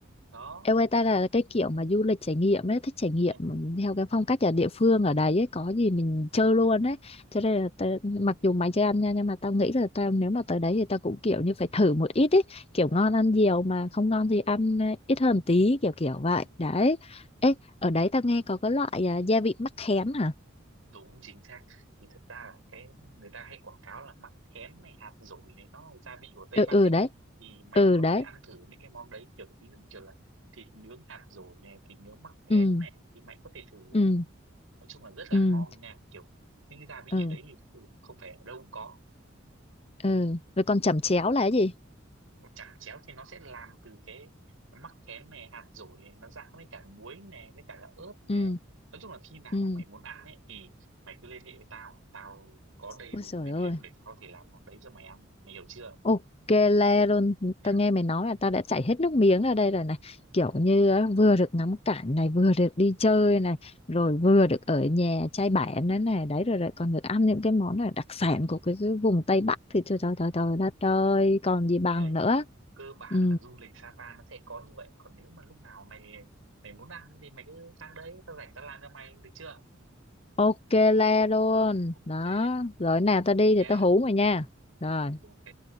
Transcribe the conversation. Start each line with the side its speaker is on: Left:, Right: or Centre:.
Right: đó
Left: Em ơi, ta là cái kiểu mà du lịch trải nghiệm ấy, thích trải nghiệm
Right: ừ, ừ,
Left: theo cái phong cách ở địa phương ở đấy ấy, có gì mình chơi luôn ấy. Cho nên là ta, mặc dù mày chưa ăn nha, nhưng mà tao nghĩ là tao nếu mà tới đấy thì tao cũng kiểu như phải thử một ít ấy, kiểu
Right: ừ.
Left: ngon ăn nhiều mà không ngon thì ăn ờ, ít hơn tí, kiểu kiểu vậy.
Right: ừ.
Left: Đấy. Ê, ở đấy tao nghe có cái loại à, gia vị mắc khén hả?
Right: đúng chính xác thì thật ra là cái người ta hay quảng cáo là mắc khén này hạt dổi này nó là gia vị của Tây
Left: Ừ
Right: Bắc
Left: ừ
Right: ấy
Left: đấy.
Right: thì Mạnh
Left: Ừ
Right: có
Left: đấy.
Right: thể ăn thử những cái món đấy kiểu ví dụ như kiểu là thịt nướng hạt dổi này thịt nướng mắc khén
Left: Ừ
Right: này thì Mạnh có thể thử
Left: ừ
Right: nói chung là rất là
Left: ừ
Right: ngon nha kiểu những cái gia vị
Left: ừ
Right: ở đấy thì không phải ở đâu cũng có
Left: ừ. Rồi còn chẩm chéo là cái gì?
Right: chẳng chéo thì nó sẽ làm từ cái mắc khén này hạt dổi này nó giã với cả muối này với cả là ớt này
Left: Ừ
Right: nói chung là khi nào
Left: ừ.
Right: mà mày muốn ăn ấy thì mày cứ liên hệ với tao tao có đầy
Left: Ôi
Right: đủ
Left: trời
Right: nguyên
Left: ơi.
Right: liệu để tao có thể làm món đấy cho mày ăn mày hiểu chưa
Left: Ok le luôn,
Right: ừ.
Left: tao nghe mày nói là tao đã chảy hết nước miếng ra đây rồi này. Kiểu như á, vừa được ngắm cảnh này, vừa được đi chơi này, rồi
Right: ừ.
Left: vừa được ở nhà chai bản nữa này, đấy rồi lại còn được ăn những cái món là đặc sản của cái, cái vùng Tây Bắc thì trời trời trời trời đất ơi, còn gì bằng
Right: thì đấy
Left: nữa.
Right: cơ bản
Left: Ừ,
Right: là du lịch Sapa nó sẽ có như vậy còn nếu mà lúc nào mày mày muốn ăn thì mày cứ sang đấy tao rảnh tao làm cho mày được chưa
Left: ok le luôn.
Right: ok
Left: Đó, rồi nào tao đi
Right: nha
Left: thì tao hú mày nha. Rồi,
Right: ok